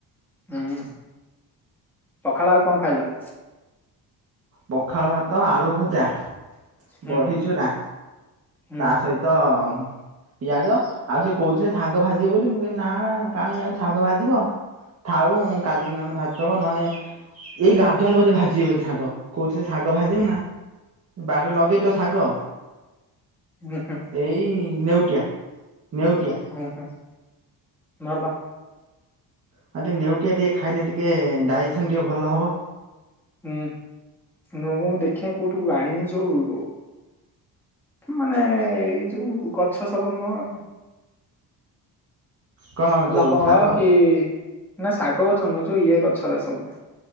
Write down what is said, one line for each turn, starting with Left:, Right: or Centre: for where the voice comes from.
Centre: ହୁଁ ପଖାଳ ଆଉ କଣ ଖାଇଲ?
Right: ପଖାଳ ଭାତ ଆଳୁ ଭଜା
Centre: ହୁଁ
Right: ବଢ଼ି
Centre: ହୁଁ
Right: ଚୁରା
Centre: ହୁଁ
Right: ତା
Centre: ହୁଁ
Right: ସହିତ ତ ପିଆଜ ଆଉ ସେ କହୁଥିଲେ ଶାଗ ଭାଜିବେ ବୋଲି ମୁଁ କହିଲି ନା କାହିଁ ଆଉ ଶାଗ ଭାଜିବ ଥାଉ କାଲିକି ନହେଲେ ଭାଜିଦବ ନହେଲେ ଏଇ ଗାଧୁଆ ବେଳକୁ ବୋଧେ ଭାଜିବେ ବୋଲି ଶାଗ। କହୁଥିଲେ ଶାଗ ଭାଜିିବୁ ନା ବାଡ଼ିରେ ଲଗେଇ ତ ଶାଗ
Centre: ହୁଁ ହୁଁ
Right: ଏଇ ନେଉଟିଆ ନେଉଟିଆ।
Centre: ଓ ହୁଁ ଭଲ।
Right: ଆଉ ଟିକେ ନେଉଟିିଆ ଟିକେ ଖାଇଲେ ଟିକେ ଡାଇଜେସନ୍ ଟିକେ ଭଲ ହେବ।
Centre: ହୁଁ ହୁଁ ମୁଁ ଦେଖେ କୋଉଠୁ ଆଣବି ଯୋଉ ମାନେ ଏଇ ଯୋଉ ଗଛ ସବୁ ନୁହଁ
Right: କଣ ଯୋଉ
Centre: ଲବଙ୍ଗ
Right: ଶାଗ
Centre: କି ନା ଶାଗ ନୁହଁ ଯୋଉ ଇଏ ଗଛଗୁଡ଼ା ସବୁ